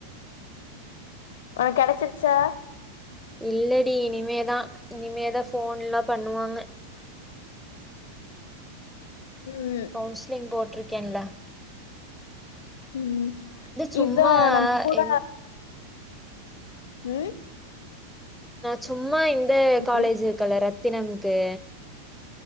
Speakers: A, on the left; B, in the centre.
A: உனக் கெடச்சிருச்சா
B: இல்லடி இனிமேதா இனிமேதா போன்ல்லா பண்ணுவாங்க
A: ம்
B: கவுன்சிலிங் போட்ருக்கன்ல
A: ம்
B: சும்மா
A: இத நம்ம கூட
B: எங்
A: ம்
B: நா சும்மா இந்த
A: என்னது
B: காலேஜ் இருக்கல்ல ரத்தினம் கு